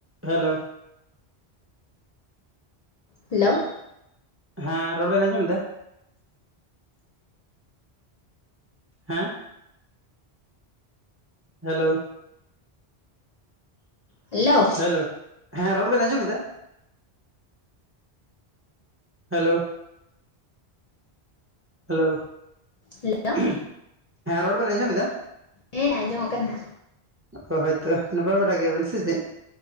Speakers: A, on the right; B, on the left.
A: ᱦᱮ ᱞᱳ
B: hello
A: ᱦᱮᱸ ᱨᱚᱲ ᱵᱮᱱ ᱟᱸᱡᱚᱢ ᱮᱫᱟ ᱦᱮᱸ ᱦᱮᱞᱳ
B: ᱦᱮᱞᱳ
A: ᱦᱮᱞᱳ ᱦᱮᱸ ᱨᱚᱲ ᱵᱮᱱ ᱟᱸᱡᱚᱢ ᱮᱫᱟ ᱦᱮᱞᱳ ᱦᱮᱞᱳ
B: ᱦᱮᱞᱳ
A: ᱦᱮᱸ ᱨᱚᱲ ᱵᱮᱱ ᱟᱸᱡᱚᱢ ᱮᱫᱟ
B: ᱦᱮᱸ ᱟᱸᱡᱚᱢᱚᱜ ᱠᱟᱱᱟ
A: ᱦᱳᱭᱛᱚ ᱱᱟᱯᱟᱭ ᱵᱟᱲᱟ ᱜᱮᱭᱟᱵᱮᱱ ᱥᱮ ᱪᱮᱜ